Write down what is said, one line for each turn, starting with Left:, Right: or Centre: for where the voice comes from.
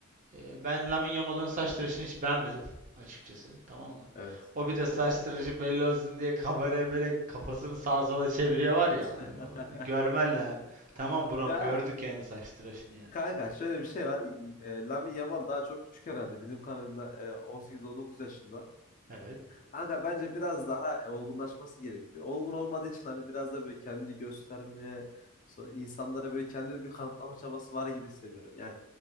Right: e, ben Lamine Yamal'ın saç tıraşını hiç beğenmedim <laughs> açıkçası. Tamam mı?
Left: Evet.
Right: O bir de saç tıraşı belli olsun diye kameraya böyle kafasını sağa sola çeviriyor var ya. Hani
Left: <laughs>
Right: görmen lazım. Tamam buram
Left: Ya
Right: gördük yani saç tıraşını yani.
Left: kanka şöyle bir şey var. E, Lamine Yamal daha çok küçük herhalde. Bizim kadarıyla e, 18-19 yaşında.
Right: Evet.
Left: Kanka bence biraz daha e, olgunlaşması gerekiyor. Olgun olmadığı için hani biraz da böyle kendini göstermeye, sonra insanlara böyle kendini bir kanıtlama çabası var gibi hissediyorum. Yani